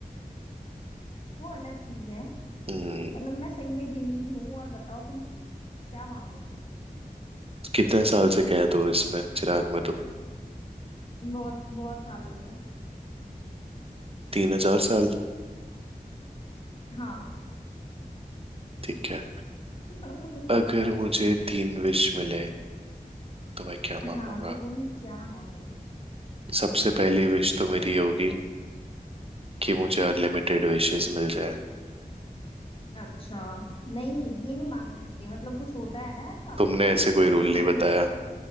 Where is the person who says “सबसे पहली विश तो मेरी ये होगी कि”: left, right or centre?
Right